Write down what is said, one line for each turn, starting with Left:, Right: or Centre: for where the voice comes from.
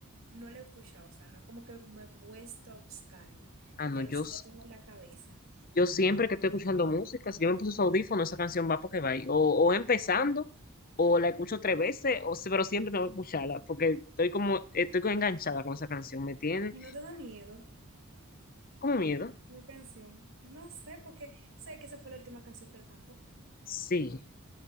Right: no la he escuchado, o sea, no es como que me he puesto a buscarla,
Left: Ah, no,
Right: pero
Left: yo,
Right: sí
Left: s-
Right: la tengo en la cabeza.
Left: yo siempre que estoy escuchando música, si yo me puse su audífono, esa canción va porque va ahí. O, o empezando, o la escucho tres veces, o, si- pero siempre tengo que escucharla, porque estoy como, estoy como enganchada con esa canción, me tiene
Right: Y no te da miedo
Left: como miedo.
Right: la canción. No sé, porque sé que esa fue la última canción que él cantó.
Left: Sí.